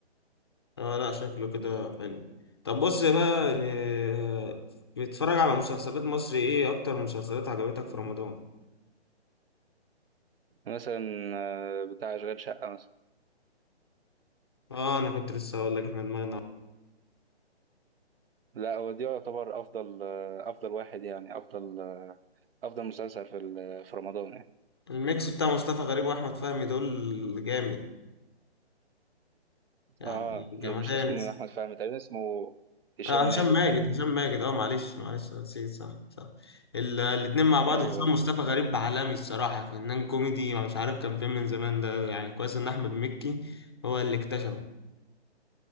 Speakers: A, on the left; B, on the right.
A: اه لا شكله كده حلو طب بص بقى يعني، آه، بتتفرج على مسلسلات مصري ايه اكتر مسلسلات عجبتك في رمضان
B: مثلا آه، بتاع أشغال شقة مثلا
A: اه انا كنت لسه هقول لك احنا دماغنا
B: لا هو دي يعتبر افضل افضل واحد يعني افضل افضل مسلسل في ال- في رمضان يعني
A: الميكس بتاع مصطفى غريب واحمد فهمي دول جامد يعني
B: اه
A: جمدان
B: مش اسمه احمد فهمي تقريبا اسمه هشام
A: آه هشام
B: ماجد
A: ماجد
B: تقريبا
A: هشام ماجد اه معلش معلش نسيت صح صح ال- الاتنين مع بعض
B: ايوه
A: خصوصا
B: أيوة.
A: مصطفى غريب عالمي الصراحة فنان كوميدي مش عارف كان فين من زمان ده يعني كويس ان احمد مكي هو اللي اكتشفه